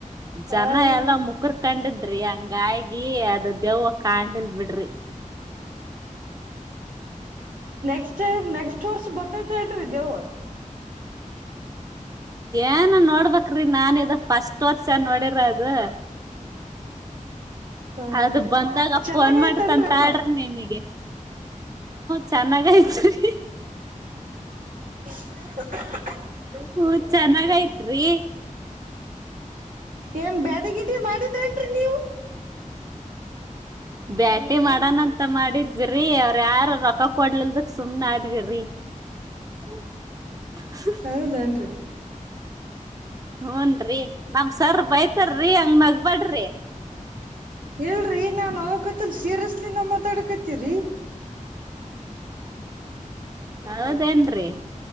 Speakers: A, on the right (about 25°); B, on the right (about 75°).
A: ಜನ
B: ಹಾ ರೀ
A: ಎಲ್ಲ ಮುಕುರ್ ಕಂಡದ್ರಿ ಹಂಗಗಿ ಅದ ದೆವ್ವ ಕಂಡಿಲ್ ಬಿಡ್ರಿ
B: ಆನೆಸ್ಟ್ರೆಶ ಬರ್ತೀನ್ ನೋಡಿ ದೆವ್ವ.
A: ಏನ್ ನೋಡ್ಬ್ರಿ, ನಾನ್ ಇದ ಪಫಸ್ಟ್ ವರ್ಷ ನೋಡಿರದು.
B: ಹ್ಮ್
A: ಅದು, ಬಂದಾಗ
B: ಚೆನ್ನಾಗಯ್ತನ್ರಿ
A: ಫೋನ್ ಮಾಡತಂತಾಳ್ರಿ
B: ಹಬ್ಬ
A: ನಿಮಗೆ. ಚೆನ್ನಾಗಿದೆ.
B: ಹ.
A: ಹೂಂ ಚೆನ್ನಾಗಿದೆ.
B: ಏನ್, ಬ್ಯಾಡಗಿಡಿ ಮಾಡಿದ್ರೇನ್ರಿ ನೀವು.
A: ಬ್ಯಾಟಿ ಮಾಡಣಂತ ಮಾಡಿದ್ವಿರಿ, ಅವ್ರ ಯಾರ ರೊಕ್ಕ ಕೊಡ್ಲಿಲ್ದಕ್, ಸುಮ್ನೆ ಆದ್ವಿ್ರಿ. ಹೌದಾ
B: ಹೌದೇನ್ರಿ.
A: ಹೂನ್ರರಿ, ನಮ್ ಸರ್ ಬೈತಾರರಿ, ಅಂಗ ನಗ್ಬೇಡ್ರಿ.
B: ಇಲ್ರರಿ, ನಾನ್ ಆಕತಿಲ್ ಸೀರಿಯಸ್ಲಿ ನಾ, ಮಾತಾಡಕತೀವ್ರೀ.
A: ಹೌದೇನ್ರಿ